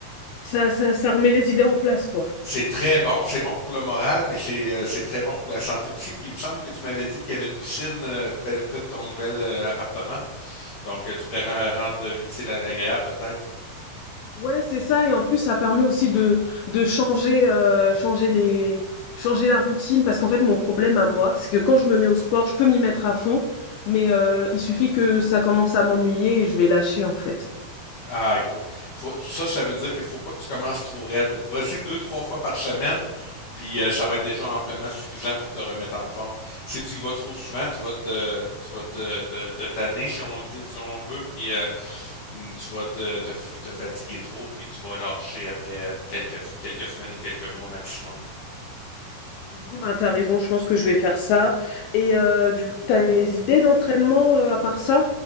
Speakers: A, on the left; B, on the left.
A: ça, ça, ça remet les idées en place, quoi.
B: C'est très bon, c'est bon pour le moral, mais c'est euh, c'est très bon pour la santé aussi. Puis il me semble que tu m'avais dit qu'il y avait une piscine euh, près de ton nouvel euh, appartement. Donc euh, tu pourrais rendre l'utile à l'agréable peut-être.
A: Ouais, c'est ça. Et en plus, ça permet aussi de, de changer, euh, changer les, changer la routine. Parce qu'en fait, mon problème à moi, c'est que quand je me mets au sport, je peux m'y mettre à fond, mais euh, il suffit que ça commence à m'ennuyer et je vais lâcher, en fait.
B: Ah, écoute, faut- ça, ça veut dire qu'il faut pas que tu commences trop raide. Vas-y deux, trois fois par semaine, puis euh, ça va être déjà amplement suffisant pour te remettre en forme. Si tu y vas trop souvent, tu vas te, tu vas te, te, te tanner, si on dit, si on veut, puis euh, mm, tu vas te, te, f- te fatiguer trop, puis tu vas lâcher après euh, quelques, quelques semaines ou quelques mois maximum.
A: Bon, bah, t'as raison, je pense que je vais faire ça. Et euh, du coup, t'as des idées d'entraînement euh, à part ça?